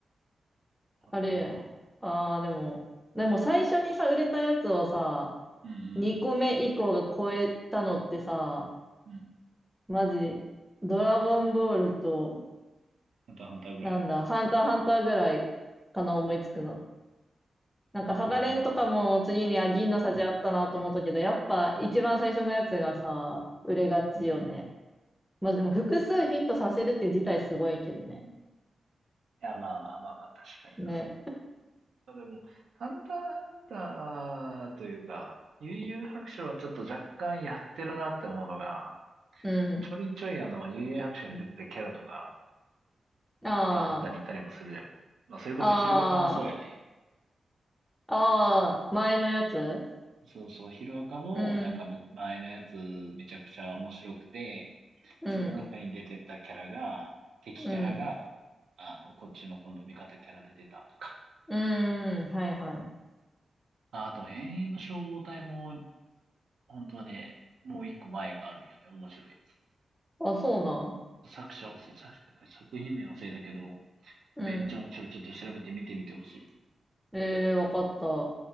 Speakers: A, on the right (about 80°); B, in the centre.
A: あとは、
B: あれやん。ああ、でも、でも最初にさ、売れたやつをさ、
A: うんうん、
B: 2個目以降が超えたのってさ、
A: うん。
B: マジ、ドラゴンボールと、
A: ハンターハンターぐらい
B: なんだ、ハンターハンターぐらいかな、思いつくの。なんか、
A: ああ
B: ハガレンとかも次に、
A: ー、
B: あ、銀の差じあったなと思ったけど、やっぱ一番最初のやつがさ、売れがちよね。
A: うんうん。い
B: まあでも、複数ヒットさせるって自体すごいけどね。
A: や、まあまあまあまあ、確かにな。
B: ね。
A: まあでも、ハンターハンターというか、悠々白書はちょっと若干やってるなって思うのが、
B: うん。
A: ちょいちょいあの、悠々白書に出てたキャラとか、
B: あ
A: ハンターハンターに行ったりもするじゃん。まあ、それこそヒロアカもそうやね。
B: あ、ああ、ああ、前のやつ
A: そうそう、ヒロアカも、
B: うん。
A: なんかむ前のやつめちゃくちゃ面白くて、
B: うん、
A: その中に出てたキャラが、敵キャラが、
B: うん、
A: あの、こっちの今度味方キャラで出たとか。
B: うーん、はいはい。
A: まああと、永遠の消防隊も本当はね、もう一個前があるんよね。面白いや
B: あ、そうなん。
A: つ。作者を忘れ、作者作品名忘れたけど、
B: うん。
A: めっちゃ面白い。ちょっと調べて見てみてほしい。
B: ええー、わかった。